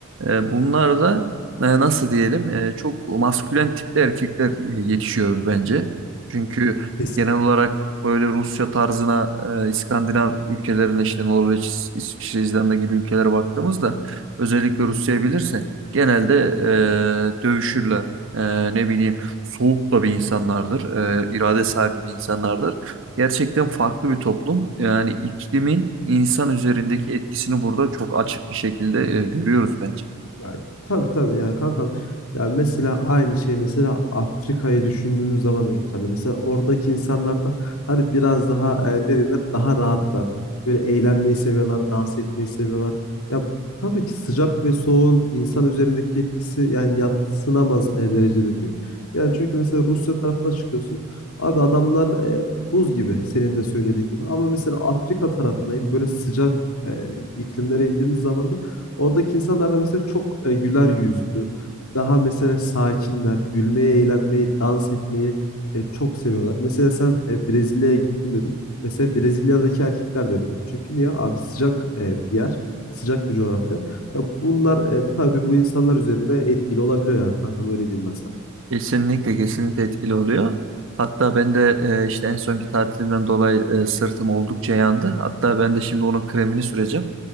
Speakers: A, on the right; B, on the left.
A: Ee, bunlar da e, nasıl diyelim e, çok maskülen tipte erkekler e, yetişiyor bence. Çünkü
B: Hı.
A: genel olarak böyle Rusya tarzına e, İskandinav ülkelerine işte Norveç, İsviçre, İzlanda gibi ülkelere baktığımızda özellikle Rusya'yı bilirse genelde e, dövüşürler. E, ne bileyim soğuk da bir insanlardır. E, irade sahibi bir insanlardır. Gerçekten farklı bir toplum. Yani iklimin insan üzerindeki etkisini burada çok açık bir şekilde e, görüyoruz bence.
B: Ya tabii tabii yani kankam. Ya mesela aynı şey mesela Afrika'yı düşündüğümüz zaman da geçerli. Mesela oradaki insanlar da hadi biraz daha e, ne denir daha rahatlar. Böyle eğlenmeyi seviyorlar, dans etmeyi seviyorlar. Ya tabii ki sıcak ve soğuğun insan üzerindeki etkisi yani yadsınamaz e, derecede büyük. Yani çünkü mesela Rusya tarafına çıkıyorsun. Abi adamlar e, buz gibi senin de söylediğin gibi. Ama mesela Afrika tarafına in böyle sıcak e, iklimlere indiğimiz zaman da Oradaki insanlar da mesela çok e, güler yüzlü. Daha mesela sakinler, gülmeyi, eğlenmeyi, dans etmeyi e, çok seviyorlar. Mesela sen e, Brezilya'ya gittim dedin. Mesela Brezilya'daki erkekler de öyledir. Çünkü niye? Abi sıcak e, bir yer, sıcak bir coğrafya. Ya bunlar e, tabii bu insanlar üzerinde etkili olabiliyor yani kankam öyle diyeyim ben sana.
A: Kesinlikle kesinlikle etkili oluyor. Hatta ben de e, işte en sonki tatilimden dolayı e, sırtım oldukça yandı. Hatta ben de şimdi onun kremini süreceğim.